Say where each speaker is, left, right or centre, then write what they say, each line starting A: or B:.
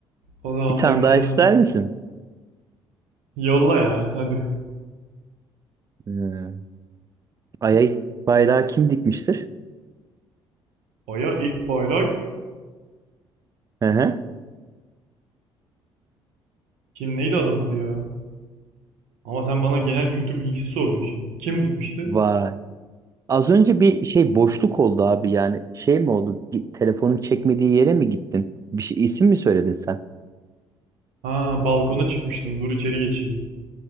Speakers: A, on the right (about 70°); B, on the right (about 25°).
A: O zaman
B: Bir tane
A: bak
B: daha
A: sana
B: ister misin?
A: yolla ya hadi.
B: Ee, Ay'a bayrağı kim dikmiştir?
A: Aya ilk bayrak
B: Hı hı.
A: kim neydi adamın adı ya? Ama sen bana genel kültür bilgisi sordun şimdi. Kim dikmişti?
B: Vay. Az önce bir şey boşluk oldu abi yani şey mi oldu? Gi- Telefonun çekmediği yere mi gittin? Bir şey isim mi söyledin sen?
A: Ha balkona çıkmıştım. Dur içeri geçeyim.